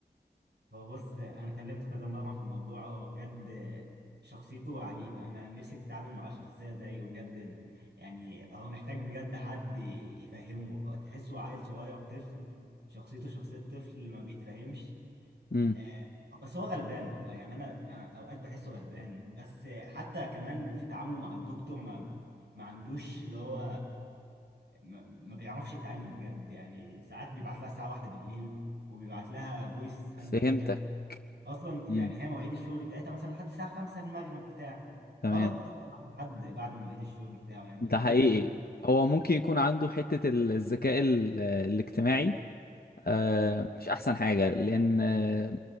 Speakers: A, on the right (about 85°); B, on the left (about 60°).
A: هو بص انا كلمته كذا مره في الموضوع هو بجد شخصيته عجيبه انا نفسي تتعامل مع شخصيه زيه بجد يعني هو محتاج بجد حد يفهمه تحسه عيل صغير طفل شخصيته شخصيه طفل ما بيتفهمش
B: امم
A: آه، بس هو غلبان والله يعني انا انا اوقات بحسه غلبان بس حتى كمان في تعامله مع الدكتور ما ما عندوش اللي هو ما, ما بيعرفش يتعامل بجد يعني ساعات بيبعت لها الساعه واحدة بالليل وبيبعت لها فويس قد
B: فهمتك
A: كده اصلا يعني
B: امم
A: هي مواعيد الشغل بتاعتها مثلا لحد الساعه 5 المغرب بتاع
B: تمام
A: غلط تتابع لحد بعد مواعيد الشغل بتاعه يعني
B: ده حقيقي
A: قله ذوق
B: هو ممكن يكون عنده حتة ال- الذكاء ال- الاجتماعي آه،
A: أمم.
B: مش احسن حاجه لان آه،